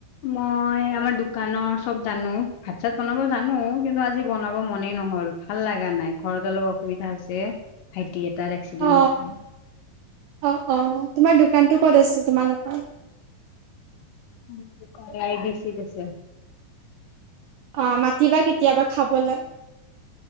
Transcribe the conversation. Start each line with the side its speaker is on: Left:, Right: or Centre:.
Left: মই আমাৰ দোকানৰ চব জানো ভাত-চাত বনাব জানো, কিন্তু আজি বনাব মনেই নহ'ল, ভাল লগা নাই, ঘৰত অলপ অসুবিধা হৈছে, ভাইটি এটাৰ এক্সিডেণ্ট
Right: অ
Left: হৈছে।
Right: অ' অ', তোমাৰ দোকানতটো ক'ত আছে, তোমালোকৰ?
Left: <unintelligible> দোকান আই ডি চিত আছে।
Right: অ', মাতিবা কেতিয়াবা খাবলৈ।